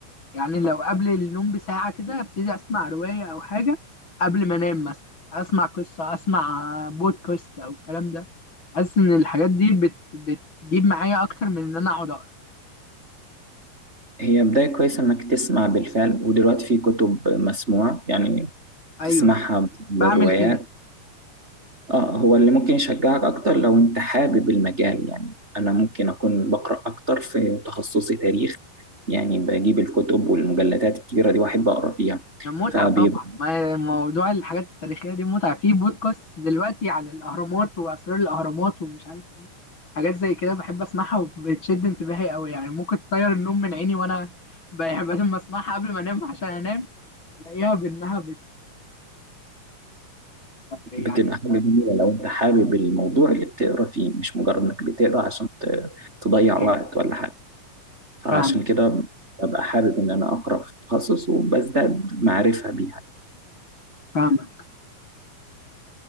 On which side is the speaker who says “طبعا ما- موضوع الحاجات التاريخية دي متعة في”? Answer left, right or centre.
Left